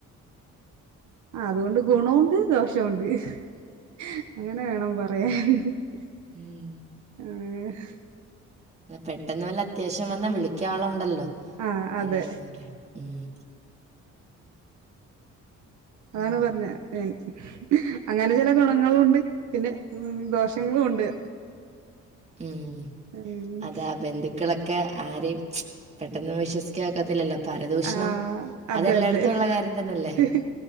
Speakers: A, on the right; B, on the right.
A: ആ അതുകൊണ്ട് ഗുണവുംണ്ട് ദോഷവുംണ്ട് ഹ് അങ്ങനെ വേണം പറയാൻ ഹ് ഹ്
B: ഊം..
A: ആഹ്
B: പെട്ടെന്ന് വല്ല അത്യാവശ്യം വന്ന വിളിക്ക ളുണ്ടല്ലോ
A: ആഹ് അതെ
B: അറിയന്നൊരു ഉം
A: അതാണ്
B: ഉം.
A: പറഞ്ഞ ൻ അങ്ങനെ ചില ഗുണങ്ങളും ഉണ്ട് പിന്നെ ഉം ദോഷങ്ങളും ഉണ്ട്
B: ഉം
A: ഉം
B: അതാ ബന്ധുക്കളൊക്കെ ക്കെ ആരെയുംജ്. പെട്ടെന്ന് വിശ്വസിക്ക ഒക്കത്തില്ലല്ലോ പരദൂഷണം
A: ആ... അതെ
B: അതെല്ലായിടത്തും
A: അതെ
B: ഉള്ള കാര്യം തന്നെയല്ലേ?
A: ഹ് ഹ്